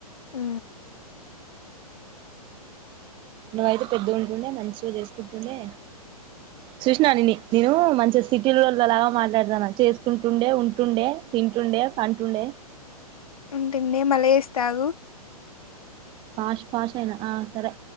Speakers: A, on the left; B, on the right.
A: ఊ
B: నువ్వయితే పెద్ద ఉంటుండే మంచిగా చేసుకుంటుండే చూసినానిన్ని నేను మంచిగా సిటీలోలలాగా మాట్లాడుతాన చేసుకుంటుండే ఉంటుండే తింటుండే పంటుండే
A: ఉంటుందే నె మల ఏస్తా ఆగు
B: పాష్ పాష్ అయినా ఆ సరే